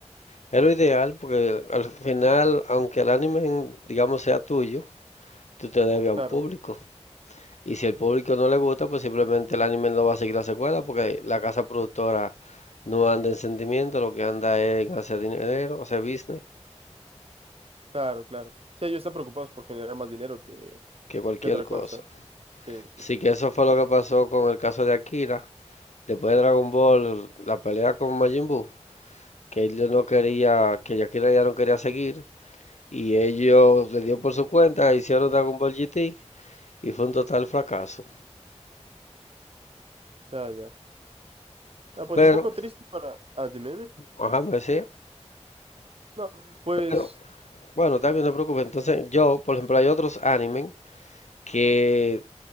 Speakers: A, on the left; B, on the right.
A: Es lo ideal porque al final, aunque el anime, digamos, sea tuyo, tú te debes a
B: Claro,
A: un público. Y si el público no le gusta, pues simplemente el anime no va a seguir la secuela porque la casa productora no anda en sentimiento, lo que anda es en hacer dinero, hacer business,
B: claro, claro. Sí, ellos están preocupados por generar más dinero que,
A: que cualquier
B: que otra
A: cosa.
B: cosa. Sí, sí,
A: Así
B: sí.
A: que eso fue lo que pasó con el caso de Akira. Después de Dragon Ball, la pelea con Majin Buu, que él no quería, que Akira ya no quería seguir, y ellos le dio por su cuenta, hicieron Dragon Ball GT, y fue un total fracaso.
B: Ya, ya. Ah, pues
A: Pero,
B: un poco triste para... Ah, dime, dime.
A: ajá, me decía,
B: No, pues,
A: pero, bueno, también no te preocupes. Entonces, yo, por ejemplo, hay otros animes que